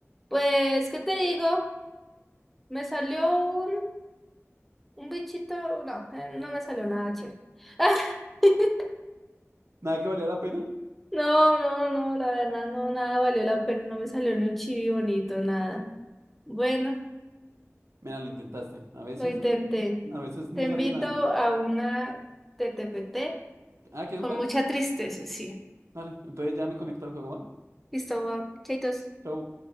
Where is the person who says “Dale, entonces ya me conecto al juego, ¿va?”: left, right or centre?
Right